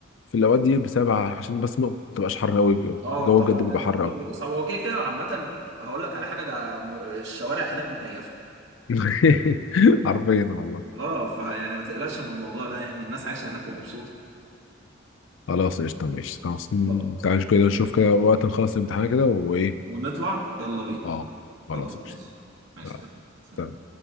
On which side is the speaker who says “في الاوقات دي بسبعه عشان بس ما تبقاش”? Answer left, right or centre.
Left